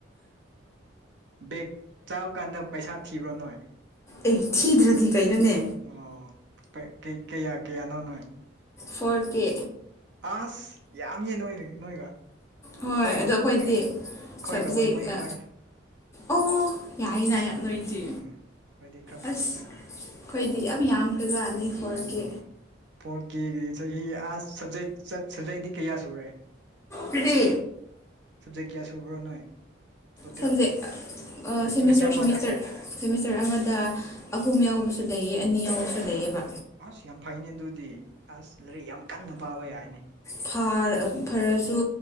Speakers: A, on the right; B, on the left.
A: ꯕꯦꯒ ꯆꯥꯕ ꯀꯥꯟꯗ ꯄꯩꯁꯥ ꯊꯤꯕ꯭ꯔ ꯅꯣꯏ
B: ꯑꯦ ꯊꯤꯗ꯭ꯔꯗꯤ ꯀꯩꯅꯣꯅꯦ
A: ꯑꯣ ꯀꯌꯥ ꯀꯌꯥꯅꯣ ꯅꯣꯢ
B: ꯐꯣꯔ ꯀꯦ
A: ꯑꯁ ꯌꯥꯝꯃꯦ ꯅꯣꯏꯅ ꯅꯣꯏꯒ
B: ꯍꯣꯏ
A: ꯑꯩꯈꯣꯏꯒ
B: ꯑꯗꯣ ꯑꯈꯣꯏꯗꯤ
A: ꯑꯩꯈꯣꯏꯒ
B: ꯁꯕꯖꯦꯛ
A: ꯋꯥꯟ ꯄꯣꯏꯟ
B: ꯑ
A: ꯐꯥꯏꯚ
B: ꯑꯣ ꯌꯥꯏꯅ ꯅꯣꯏꯗꯤ
A: ꯎꯝ ꯑꯩꯈꯣꯏꯗꯤ ꯈꯔ ꯐꯩꯌꯦ
B: ꯑꯁ ꯑꯈꯣꯏꯗꯤ ꯌꯥꯝ ꯌꯥꯝꯈ꯭ꯔꯖꯥꯠꯅꯤ ꯐꯣꯔ
A: ꯎꯝ
B: ꯀꯦ
A: ꯐꯣꯔ ꯀꯦꯒꯤ ꯆꯍꯤ ꯑ ꯁꯖꯦꯛ ꯁꯕꯖꯦꯛꯇꯤ ꯀꯌꯥ ꯁꯨꯔꯦ
B: ꯀꯔꯤ
A: ꯁꯞꯖꯦꯛ ꯀꯌꯥ ꯁꯨꯕ꯭ꯔꯣ ꯅꯣꯏ ꯇꯣꯇꯦꯜ
B: ꯁꯕꯖꯦꯛ ꯁꯦꯃꯤꯁꯇꯔ
A: ꯁꯤꯃꯤꯁꯇꯔ ꯑꯃꯗ
B: ꯁꯦꯃꯤꯁꯇꯔ ꯁꯦꯃꯤꯁꯇꯔ ꯑꯃꯗ
A: ꯍꯣꯏ
B: ꯑꯍꯨꯝ ꯌꯥꯎꯕꯁꯨ ꯂꯩꯌꯦ ꯑꯅꯤ ꯌꯥꯎꯕꯁꯨ ꯂꯩꯑꯦꯕ
A: ꯑꯁ ꯌꯥꯝ ꯐꯩꯅꯦ ꯑꯗꯨꯗꯤ ꯑꯁ ꯂꯥꯏꯔꯤꯛ ꯌꯥꯝ ꯀꯟꯅ ꯄꯥꯕ ꯌꯥꯏꯅꯦ
B: ꯐꯥ ꯐꯔꯁꯨ